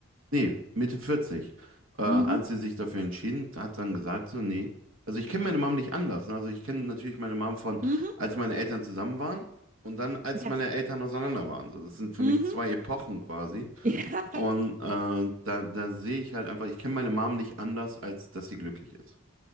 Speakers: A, on the right; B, on the right.
A: nee, Mitte 40, äh, als
B: Mhm.
A: sie sich dafür entschieden, hat dann gesagt so, nee, also ich kenne meine Mom nicht anders. ne? Also ich kenne natürlich meine Mom von,
B: Mhm.
A: als meine Eltern zusammen waren und dann, als
B: Ja,
A: meine Eltern auseinander waren. So, das sind für
B: Mhm.
A: mich zwei Epochen quasi.
B: Ja.
A: Und äh, da, da sehe ich halt einfach, ich kenne meine Mom nicht anders, als dass sie glücklich ist.